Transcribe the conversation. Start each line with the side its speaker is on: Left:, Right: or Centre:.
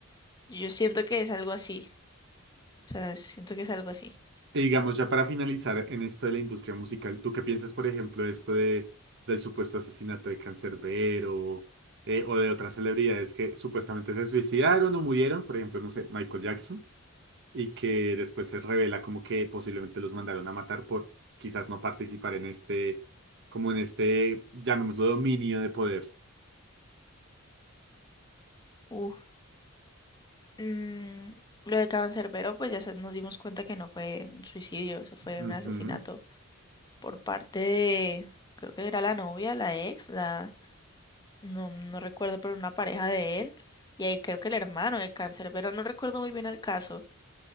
Left: yo siento que es algo así. O sea, siento que es algo así.
Right: Y digamos, ya para finalizar en esto de la industria musical, ¿tú qué piensas, por ejemplo, de esto de, del supuesto asesinato de Canserbero eh, o de otras celebridades que supuestamente se suicidaron o murieron? Por ejemplo, no sé, Michael Jackson, y que después se revela como que posiblemente los mandaron a matar por quizás no participar en este, como en este, llamémoslo, dominio de poder.
Left: Uf. Mm, lo de Cancerbero, pues ya se- nos dimos cuenta que no fue un suicidio, eso fue
Right: Ujú,
Left: un asesinato por parte de, creo que era la novia, la ex, la... no, no recuerdo, pero una pareja de él, y ahí creo que el hermano de cáncer, pero no recuerdo muy bien el caso.